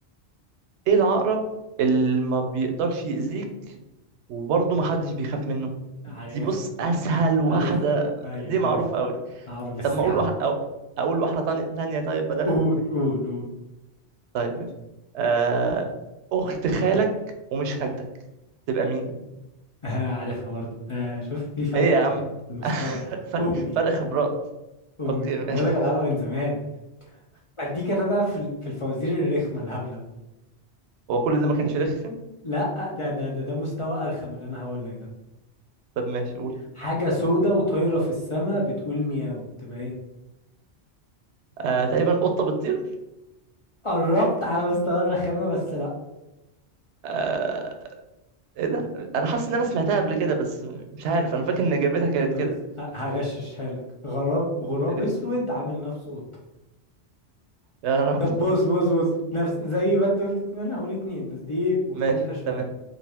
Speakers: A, on the right; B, on the left.
A: إيه العقرب اللي ما بيقدرش يأذيك وبرضه ما حدش بيخاف منه؟
B: عارفها
A: دي بص أسهل واحدة
B: عارفها أيوة
A: دي
B: عارفها
A: معروفة أوي
B: أعرف الساعة
A: طب ما أقول واحد أو أقول واحدة تانية تانية طيب بدلها؟
B: قول قول قول
A: طيب ماشي آه أخت خالك ومش خالتك تبقى مين؟
B: <laughs> عارفها برضه آه، شوف في فرق
A: إيه يا عم؟
B: في المستوى
A: <laughs> فرق
B: امي
A: فرق خبرات
B: امي امي
A: أوكي ماشي
B: بقول لك العبها من زمان اديك انا بقى في ال- في الفوازير الرخمه الهبله
A: هو كل ده ما كانش رخم؟
B: لا ده ده ده ده مستوى ارخم اللي انا هقول لك ده
A: طب ماشي قول
B: حاجه سودة وطايره في السماء بتقول مياو تبقى ايه
A: آه تقريبا قطة بتطير
B: قربت على مستوى الرخامه بس لا
A: آه، ايه ده انا حاسس ان انا سمعتها قبل كده بس مش عارف انا فاكر ان اجابتها كانت
B: خلاص
A: كده
B: ه- هغششها لك غراب غراب
A: يا ريت
B: اسود عامل نفسه قطه
A: يا رب
B: طب بص بص بص نفس زي ما انت قلت اتنين أنا هقول اتنين بس دي مختلفه
A: ماشي
B: شويه
A: تمام